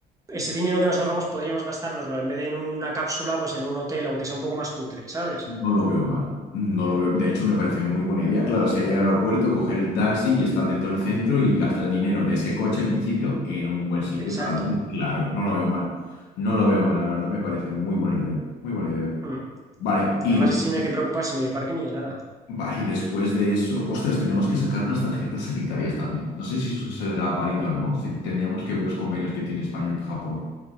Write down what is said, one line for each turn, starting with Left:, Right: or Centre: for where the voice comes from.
Right: Ese dinero que nos ahorramos podríamos gastárnoslo en vez de en una cápsula, pues en un hotel, aunque sea un poco más cutre, ¿sabes?
Left: No lo veo mal. No lo veo. De hecho, me parece muy buena idea. Claro, si hay llegar al aeropuerto, coger el taxi y estar dentro del centro y gastar el dinero de ese coche en principio en un buen sitio
Right: Exacto.
Left: para dormir. Claro, no lo veo mal. No lo veo mal, la verdad, me parece muy buena idea. Muy buena idea.
Right: Hmm.
Left: Vale, y
Right: Además,
Left: después,
Right: así no hay que preocuparse ni de parque ni de nada.
Left: vale, y después de eso, ostras, tenemos que sacar unas tarjetas sanitarias también. No sé si eso será válido o no. Si tendríamos que ver los convenios que tiene España y Japón.